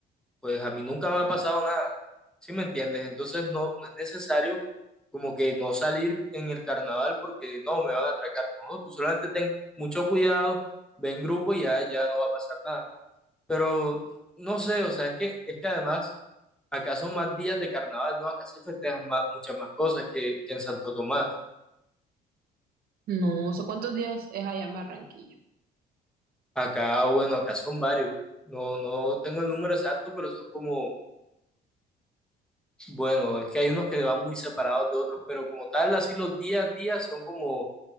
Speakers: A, in the centre; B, on the right.
A: pues a mí nunca me ha pasado nada, ¿sí me entiendes? Entonces no, no es necesario como que no salir en el carnaval porque no, me van a atracar. No, tú solamente ten mucho cuidado, ve en grupo y ya, ya no va a pasar nada. Pero no sé, o sea, es que, es que además acá son más días de carnaval, ¿no? Acá se festejan más- muchas más cosas que, que en Santo Tomás.
B: No sé cuántos días es allá en Barranquilla.
A: Acá, bueno, acá son varios. No, no tengo el número exacto, pero son como Bueno, es que hay unos que van muy separados de otros, pero como tal, así los días a días son como